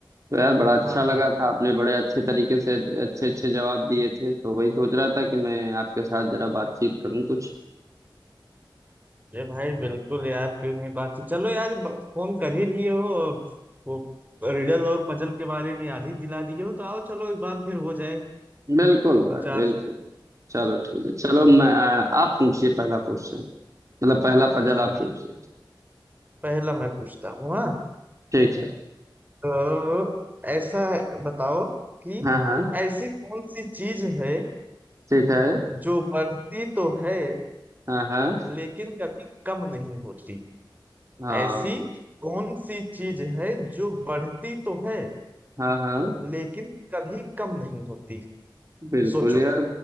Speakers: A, on the right; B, on the right.
A: तो यार बड़ा अच्छा
B: हाँ हाँ
A: लगा था आपने बड़े अच्छे तरीके से अच्छे अच्छे जवाब दिए थे तो वही सोच रहा था कि मैं आपके साथ जरा बातचीत करूं कुछ
B: अरे भाई बिल्कुल यार क्यों नहीं बातचीत चलो यार ब- फोन कर ही लिए हो और वो रिडल और पजल के बारे में याद ही दिला दिए हो तो आओ चलो एक बार फिर हो जाए
A: बिल्कुल भाई
B: दो चार
A: बिल्कुल चलो ठीक है चलो
B: तो
A: मैं अ, आप पूछिए पहला क्वेश्चन मतलब पहला पजल
B: चलिए
A: आप पूछिए
B: पहला मैं पूछता हूँ हाँ
A: ठीक है
B: तो ऐसा है, बताओ कि
A: हाँ हाँ
B: ऐसी कौन सी चीज है
A: ठीक है
B: जो बढ़ती तो है
A: हाँ हाँ
B: लेकिन कभी कम नहीं होती
A: हाँ
B: ऐसी कौन सी चीज है जो बढ़ती तो है
A: हाँ हाँ
B: लेकिन कभी कम नहीं होती
A: बिल्कुल
B: सोचो
A: यार